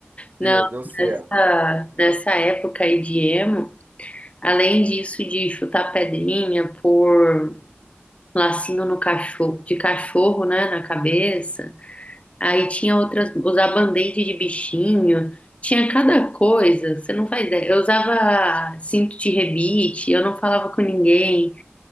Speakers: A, on the left; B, on the right.
A: Não,
B: Deu, deu certo.
A: nessa, nessa época aí de emo, além disso de chutar pedrinha, pôr lacinho no cachorro, de cachorro, né, na cabeça. Aí tinha outras, usar band-aid de bichinho, tinha cada coisa, você não faz ideia. Eu usava cinto de rebite, eu não falava com ninguém,